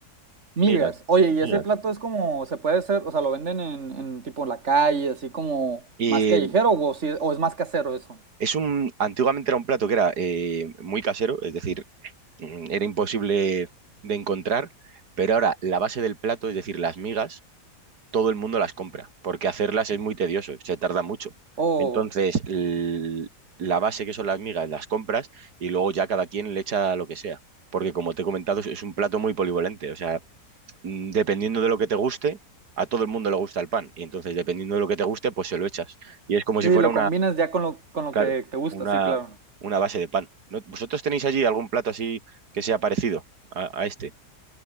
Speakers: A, on the right (about 45°); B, on the right (about 80°).
A: Migas.
B: migas,
A: Oye,
B: migas.
A: y ese plato es como, se puede hacer, o sea, lo venden en, en tipo en la calle, así como
B: Y
A: más callejero, o, si, o es más casero eso.
B: es un, antiguamente era un plato que era eh, muy casero, es decir, mm, era imposible de encontrar, pero ahora la base del plato, es decir, las migas, todo el mundo las compra, porque hacerlas es muy tedioso, se tarda mucho.
A: O
B: Entonces, l- la base que son las migas, las compras y luego ya cada quien le echa lo que sea. Porque como te he comentado, es es un plato muy polivalente. O sea, mm, dependiendo de lo que te guste, a todo el mundo le gusta el pan. Y entonces, dependiendo de lo que te guste, pues se lo echas. Y es como si
A: sí,
B: fuera
A: lo combinas ya con lo, con lo
B: Claro,
A: que te gusta,
B: una,
A: sí, claro.
B: una base de pan. ¿No- ¿Vosotros tenéis allí algún plato así que sea parecido a, a este?